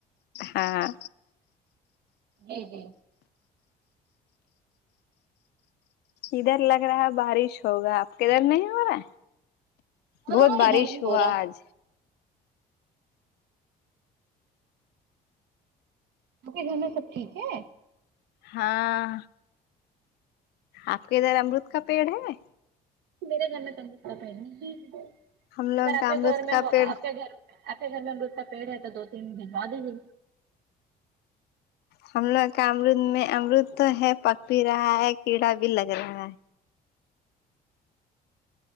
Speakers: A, on the left; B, on the right.
A: ہاں
B: جی جی
A: ادھر لگ رہا ہے بارش ہوگا آپ کے ادھر نہیں ہو رہا
B: ہاں
A: بہت بارش
B: ادھر بھی
A: ہوا
B: ہو رہا ہے
A: آج
B: آپ کے گھر میں سب ٹھیک ہے
A: ہاں آپ کے ادھر امرود کا پیڑ ہے
B: میرے گھر میں تو امرود کا پیڑ نہیں
A: ہم
B: اگر
A: لوگ
B: آپ
A: کا
B: کے
A: امرت
B: گھر میں
A: کا
B: ہوا
A: پیڑ
B: کے گھر آپ کے گھر میں امرود کا پیڑ ہے تو دو تین بھجوا دیجیے
A: ہم لوگ کا امرود میں امرود تو ہے پک بھی رہا ہے کیڑا بھی لگ رہا ہے